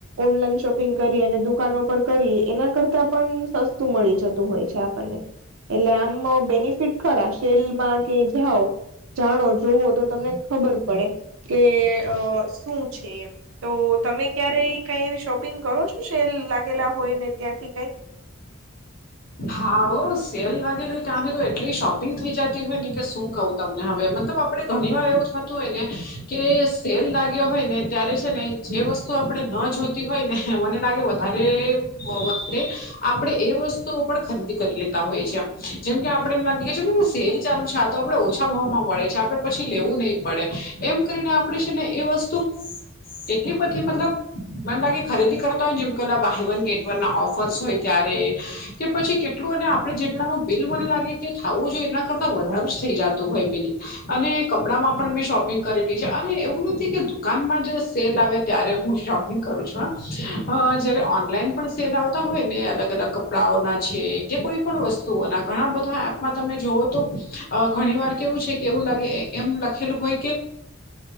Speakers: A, on the right (about 85°); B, on the left (about 45°).
A: ઓનલાઈન શોપિંગ કરીયે અને દુકાનો પર કરી એના કરતા પણ સસ્તું મળી જતું હોય છે આપણને એટલે આમ બેનિફિટ ખરા સેલમાં કે જાવ જાણો જોવો તો તમને ખબર પડે કે અ શું છે એમ તો તમે ક્યારે કઈ શોપિંગ કરો છો સેલ લાગેલા હોય ને ત્યાંથી કઈ
B: હા ઓ સેલ લાગેલું તયા તો એટલી શોપિંગ થઈ જતી હોય ને કે શું કઉ. તમને હવે મતલબ આપડે ઘણી વાર એવું થતું હોય ને કે સેલ લાગ્યો હોય ને ત્યારે છે ને જે વસ્તુ આપણે ન જોતી હોય ને મને લાગે વધારે મોંઘું આપી દે. આપડે એ વસ્તુ પણ ખરીદી કરી લેતા હોય છે એમ જેમ કે આપડે માન કે ચલો એમ લાગી સેલ ચાલુ છે આ તો આપડે ઓછા ભાવમાં મળે છે. આપડે પછી લેવું નહી પડે એમ કરીને આપણેે છે ને એ વસ્તુ એટલી બધી મતલબ મન લાગે ખરીદી કરતા હોય ને જેમ કલા બાહી વન ગેટ વન ના ઓફર્સ હોય ત્યારે કે પછી કેટલું અને આપડે જેટલાનું બિલ મને લાગે કે થાવું જોઈએ એના કરતા વધારું જ થઈ જાતું હોય બિલ અને કપડામાં પણ મેં શોપિંગ કરેલી છે અને એવું નથી કે દુકાનમાં જ સેલ આવે ત્યારે હું શોપિંગ કરું છું હા અ જયારે ઓનલાઈન પણ સેલ આવતા હોય ને અલગ અલગ કપડાઓના છે કે કોઈ પણ વસ્તુઓના ઘણા બધા એપમાં તમે જોવો તો અ ઘણી વાર કેવું છે કે એવું લાગે એમ લખેલું હોય કે.